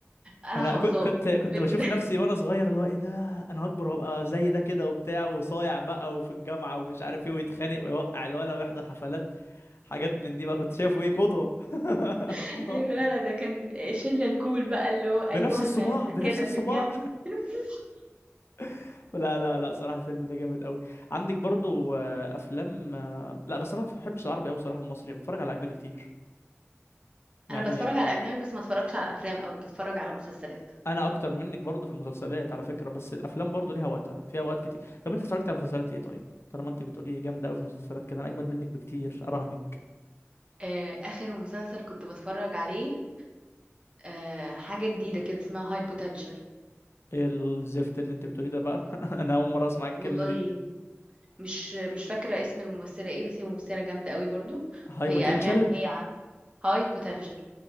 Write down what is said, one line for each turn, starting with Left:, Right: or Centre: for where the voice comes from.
Right: انا
Left: انا
Right: حافظاه
Left: كو- كنت كنت
Right: الفيلم
Left: بشوف
Right: ده
Left: نفسي وانا صغير اللي هو ايه ده انا هكبر وابقى زي ده كده وبتاع وصايع بقى وفي الجامعه ومش عارف ايه ويتخانق ويوقع الولا ويحضر حفلات حاجات من دي بقى كنت شايفه ايه قدوه <laughs>
Right: <laughs> ايوه لا لا ده كان الشله الكول بقى اللي هو ايوه
Left: بنفس
Right: احنا
Left: الصباع
Right: هنبقى
Left: بنفس
Right: كده
Left: الصباع
Right: في الجامعه <laughs>
Left: <laughs> لا لا لا صراحة الفيلم ده جامد قوي عندك برضو آه، افلام آه، لا بس انا ما بحبش العربي قوي صراحة المصري بتفرج على اجنبي كتير يعني
Right: انا بتفرج على اجنبي بس ما اتفرجش على افلام قوي بتفرج على مسلسلات
Left: انا اكتر منك برضو في المسلسلات على فكرة بس الافلام برضو ليها وقتها فيها وقت كتير طب انت اتفرجت على مسلسلات ايه طيب طالما انت بتقولي جامدة قوي في المسلسلات كده انا اجمد منك بكتير اراهنك
Right: آه، اخر مسلسل كنت بتفرج عليه آه، حاجه جديده كده اسمها هاي بوتنشال
Left: إيه الزفت اللي انت بتقوليه ده بقى <laughs> انا اول مرة اسمع الكلمة
Right: والله
Left: دي
Right: مش مش فاكرة اسم الممثلة ايه بس هي ممثلة جامدة قوي برضو
Left: هاي
Right: هي
Left: بوتنشال
Right: قال يعني هي عن هاي بوتنشال